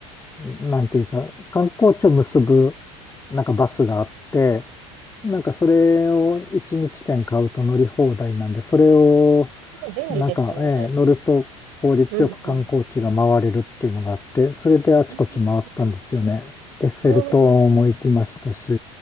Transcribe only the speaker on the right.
便利ですね。
うん、うん。
うんうんう
んおー、